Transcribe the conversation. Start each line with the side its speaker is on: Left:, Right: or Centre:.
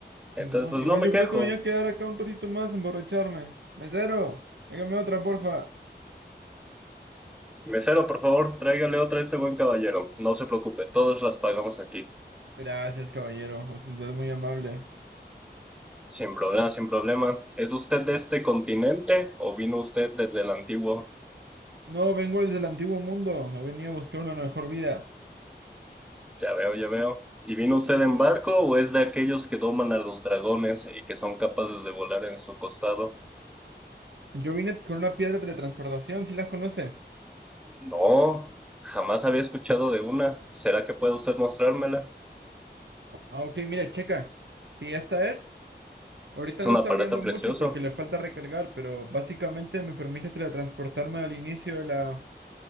Right: Simón,
Centre: Entonces, pues
Right: igual
Centre: no me
Right: yo
Centre: quejo.
Right: creo que me voy a quedar acá un ratito más a emborracharme. Mesero, hágame otra, porfa.
Centre: Mesero, por favor, tráigale otra a este buen caballero. No se preocupe, todas las pagamos aquí.
Right: Gracias, caballero, usted es muy amable.
Centre: Sin problema, sin problema. ¿Es usted de este continente o vino usted desde el antiguo?
Right: No, vengo del del antiguo mundo, he venido a buscar una mejor vida.
Centre: Ya veo, ya veo. ¿Y vino usted en barco o es de aquellos que doman a los dragones y que son capaces de volar en su costado?
Right: Yo vine con una piedra de teletransportación, ¿sí las conoce?
Centre: No, jamás había escuchado de una. ¿Será que puede usted mostrármela?
Right: Ah, ok, mire, checa. Si esta es, ahorita
Centre: Es
Right: no
Centre: un
Right: está
Centre: aparato
Right: brillando
Centre: precioso.
Right: mucho porque le falta recargar, pero básicamente me permite teletransportarme al inicio de la,